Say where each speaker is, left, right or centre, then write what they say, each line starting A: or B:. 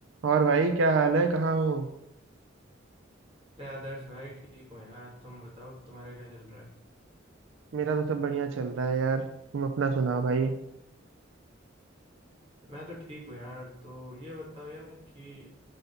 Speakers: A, on the right; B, on the right.
A: और भाई क्या हाल है कहाँ हो
B: अरे आदर्श भाई ठीक हो यार तुम बताओ तुम्हारा क्या चल रहा है
A: मेरा तो सब बढ़िया चल रहा है यार तुम अपना सुनाओ भाई
B: मैं तो ठीक हूँ यार तो ये बताओ यार कि